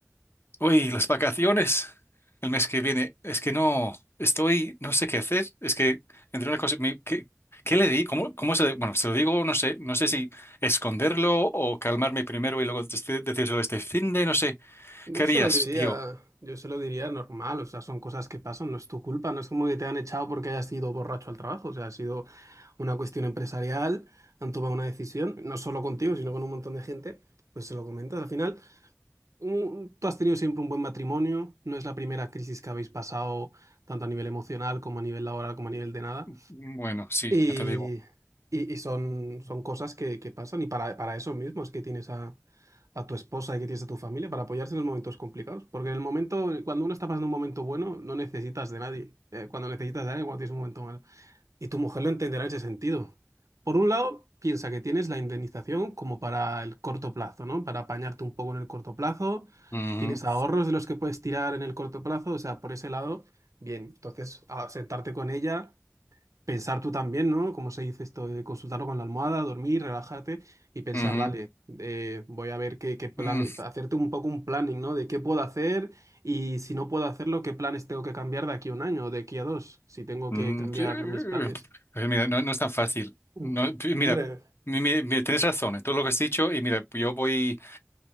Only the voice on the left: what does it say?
Uy, las vacaciones el mes que viene. Es que no, estoy, no sé qué hacer. Es que entre una cosa, mi- ¿qué, qué le di? ¿Cómo, cómo se le- Bueno, se lo digo, no sé, no sé si esconderlo o calmarme primero y luego dec- decírselo este fin de, no sé.
¿Qué harías,
tío?
Bueno, sí,
ya te digo.
Ujú,
ujú,
mm,
mm,
sí, eh,
pues mira, no, no es tan fácil.
No, pi- mira,
mi- mi- mi- tienes razón en todo lo que has dicho y mira, yo voy.